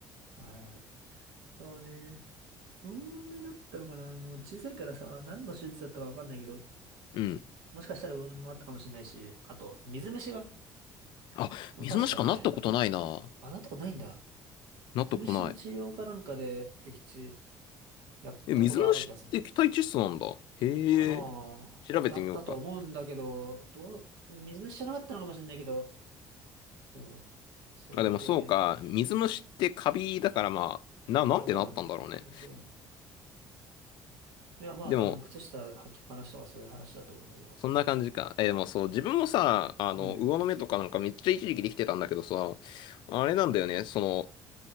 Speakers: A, on the right; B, on the left.
A: あれ、そうね。魚の目だったのかなもう小さいからさ、何の手術だったかわかんないけど、
B: うん。
A: もしかしたら魚の目もあったかもしれないし、あと、水虫が。
B: あ、
A: もう確かね、
B: 水虫かなったことないな。
A: あ、なんとかないんだ。
B: なったことない。
A: 水虫の治療かなんかで、液地やったことある気がするんだよな。
B: え、水虫って液体窒素なんだ。へえ、
A: かなあだったと思うんだけど、
B: 調べてみようか。
A: どう、水虫じゃなかったのかもしれないけど、そう、そういう系で、
B: あ、でもそうか。水虫ってカビだからまあ、な、
A: まあ、
B: なんてなったんだろうね。
A: まあ多分、もちろん。いや、まあ多分、
B: <laughs> でも、
A: 靴下履きっぱなしとかそういう話だと思うんだけど。
B: そんな感じか。え、でもそう、自分もさ、あの、
A: うん。
B: 魚の目とかなんかめっちゃ一時期できてたんだけどさ、あれなんだよね、その、